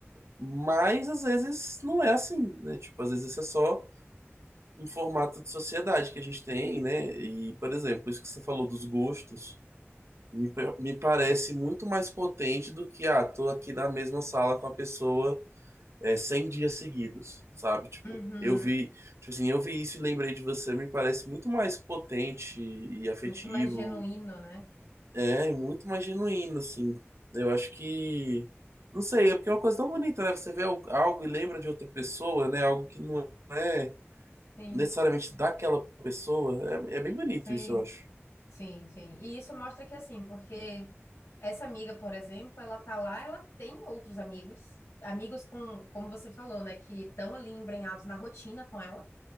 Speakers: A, on the right; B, on the left.
A: Mas às vezes não é assim, né? Tipo, às vezes isso é só um formato de sociedade que a gente tem, né? E, por exemplo, isso que você falou dos gostos, me, pa- me parece muito mais potente do que, ah, tô aqui na mesma sala com a pessoa é, 100 dias seguidos, sabe? Tipo,
B: uhum.
A: eu vi, tipo assim, eu vi isso e lembrei de você, me parece muito mais potente e afetivo,
B: Muito mais genuíno, né?
A: é, muito mais genuíno, assim. Eu acho que, não sei, é porque é uma coisa tão bonita, né? Você vê al- algo e lembra de outra pessoa, né? Algo que não é
B: Sim,
A: necessariamente daquela pessoa, é, é bem bonito
B: sim.
A: isso, eu acho.
B: Sim, sim. E isso mostra que, assim, porque essa amiga, por exemplo, ela tá lá, ela tem outros amigos, amigos com, como você falou, né, que estão ali embrenhados na rotina com ela,